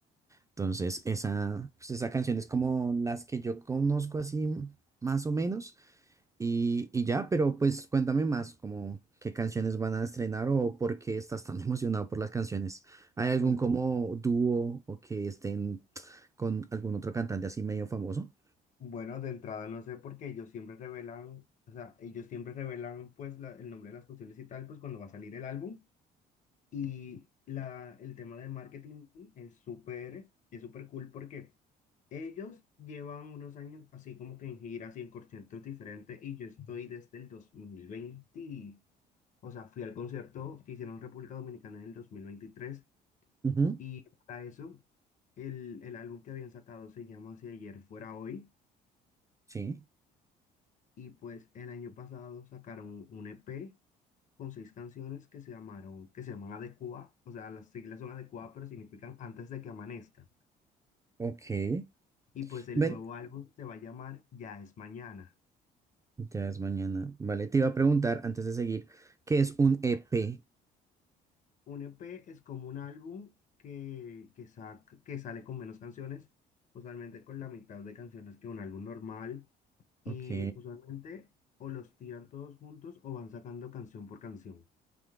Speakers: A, on the right; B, on the left.
A: Entonces, esa, pues, esa canción es como las que yo conozco así más o menos. Y, y ya, pero pues cuéntame más, como qué canciones van a estrenar o por qué estás tan <laughs> emocionado por las canciones. ¿Hay algún
B: Bueno,
A: como dúo o que estén con algún otro cantante así medio famoso?
B: Bueno, de entrada no sé por qué ellos siempre revelan, o sea, ellos siempre revelan pues la- el nombre de las canciones y tal, pues cuando va a salir el álbum. Y la, el tema del marketing es súper, es súper cool porque ellos llevan unos años así como que en giras y en conciertos diferentes y yo estoy desde el dos mil veinte o sea, fui al concierto que hicieron en República Dominicana en el dos mil veintitrés
A: Ujú,
B: y para eso el, el álbum que habían sacado se llama Si ayer fuera hoy
A: Sí,
B: Y pues el año pasado sacaron un EP con seis canciones que se llamaron, que se llaman Adecua, o sea, las siglas son Adecua, pero significan antes de que amanezca.
A: ok.
B: Y pues el
A: Ven,
B: nuevo álbum se va a llamar Ya es mañana.
A: ya es mañana. Vale, te iba a preguntar antes de seguir, ¿qué es un EP?
B: Un EP es como un álbum que, que, saca, que sale con menos canciones, usualmente con la mitad de canciones que un álbum normal, y
A: Ok.
B: usualmente o los tiran todos juntos o van sacando canción por canción.